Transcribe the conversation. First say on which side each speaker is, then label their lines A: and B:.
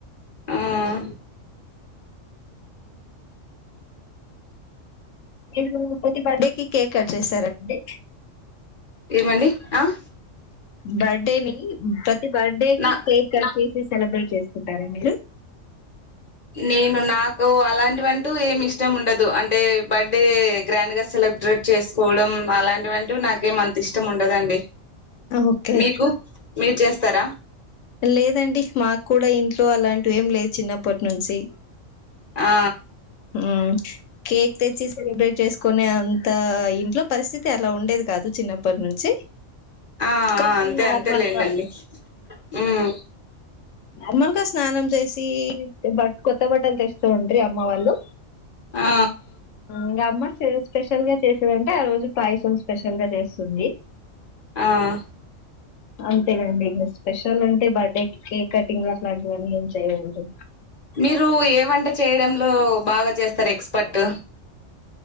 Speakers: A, on the left; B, on the left.
A: ఆహ్.
B: మీరు ప్రతి బర్త్ డే కి కేక్ కట్ చేస్తారండి.
A: ఏమండి ఆహ్.
B: బర్త్డే ని ప్రతి బర్త్డే కి
A: నా
B: కేక్ కట్ చేసి సెలబ్రేట్ చేస్. కుంటారా మీరు.
A: నేను నాకు అలాంటివంటూ ఏమి ఇష్ట్. ఇష్టం ఉండదు అంటే బర్త్డే గ్రాండ్ గా సెలబ్రేట్ చేసుకోవడం అలాంటివంటూ నాకేం మంత. ఇష్టం ఉండదండి.
B: ఓకే
A: మీకు మీరు చేస్తారా.
B: లేదండి మాకు కూడా ఇంట్లో అలాంటి ఏం లేదు చిన్నప్పటి నుంచి.
A: ఆ
B: ఉమ్. కేక్ తెచ్చి సెలబ్రేట్ చేసుకోనే అంత ఇంట్లో పరిస్థితి అలా ఉండేది కాదు చిన్నప్పు పటు నుంచి
A: ఆ
B: కొంచెం
A: ఆ అంతే
B: నార్మల్గా.
A: అంతేలేండండి ఉమ్.
B: తొందరగా స్నానం చేసి బట్ కోత్. కొత్త బట్టలు తెస్తుండ్రే అమ్మ వాళ్ళు
A: ఆ
B: ఇంకా అమ్మ. ఈరోజు స్పెషల్ గా చేసేదంటే ఆ రోజు పాయసం స్పెషల్ గా చేస్తుంది.
A: ఆహ్.
B: అంతే అండి ఇంక స్పెషల్ అంటే బర్త్డే కేక్ కటింగ్ అట్లాంటివన్నీ ఏం చెయనండి.
A: మీరు ఏ వంట చేయడంలో బాగా చేస్తారు ఎక్స్పర్ట్.